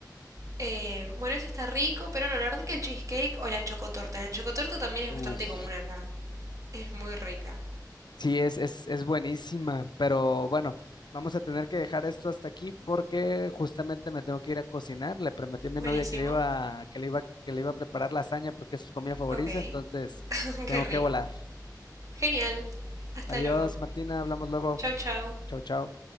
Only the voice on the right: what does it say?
Eh, bueno, ese está rico, pero no, la verdad que el cheesecake o la chocotorta. La chocotorta también es
bastante común acá. Es muy rica.
Buenísimo.
Ok, <laughs>
qué rico.
Genial. Hasta
luego.
Chau, chau.